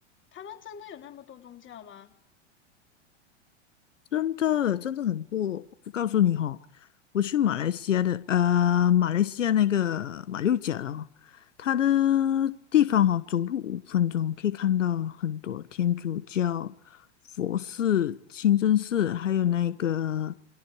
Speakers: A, on the left; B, on the left.
A: 他们真的有那么多宗教吗？
B: 真的真的很多。我告诉你哈、我去马来西亚的呃，马来西亚那个马六甲了，哦，它的地方哈、走路五分钟可以看到很多天主教、佛寺、清真寺，还有那个